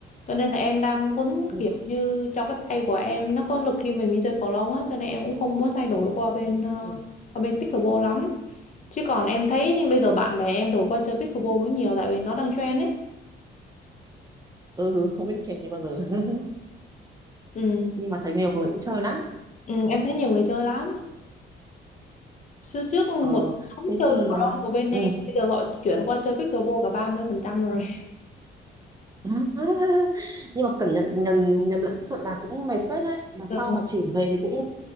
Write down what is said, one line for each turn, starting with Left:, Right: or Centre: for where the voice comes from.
Left: Cho nên là em đang muốn
Right: ừ,
Left: kiểu như cho cái tay của em nó có lực khi mình đi chơi cầu lông á, cho nên em cũng không muốn thay đổi qua bên ờ,
Right: ừ.
Left: qua bên pickleball lắm. Chứ còn em thấy bây giờ bạn bè em đổi qua chơi pickleball cũng nhiều tại vì nó đang trend ấy.
Right: ừ không biết đi trên đấy bao giờ <laughs>
Left: Ừ.
Right: nhưng mà thầy nghèo của mình cũng chơi lắm
Left: Ừ, em thấy nhiều người chơi lắm. Xưa trước một
Right: ờ
Left: nhóm
Right: thế
Left: chơi
Right: thì
Left: cầu
Right: ờ,
Left: lông của bên
Right: ừ
Left: em, bây giờ họ chuyển qua chơi pickleball cả 30% rồi. <laughs>
Right: <laughs> nhưng mà cẩn nhận nhầm nhầm lẫn kỹ thuật là cũng mệt phết đấy là sau
Left: Ừ.
Right: mà chỉnh về thì cũng